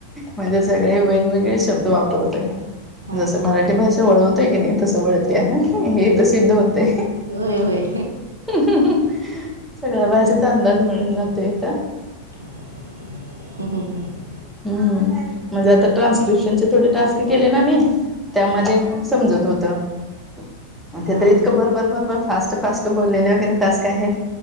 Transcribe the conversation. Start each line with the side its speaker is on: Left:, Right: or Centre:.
Centre: म्हणजे सगळे वेगवेगळे शब्द वापरतोय.
Right: हा हा
Centre: जसं मराठी भाषा वळवतोय की नाही तसं वळते ह हेे
Right: होय
Centre: इथं सिद्ध होतय
Right: होय.
Centre: अ सगळ्या भाषेचा अंदाज मिळून जातो इत
Right: ह ह ह
Centre: हम्म म्हणजे आता ट्रान्स्क्रिप्शन चे थोडे टास्क केले ना मी त्यामध्ये समजत होत अन
Right: हा
Centre: ते तर इतकं भरभर भरभर फास्ट फास्ट बोललेले वगैरे टास्क आहेत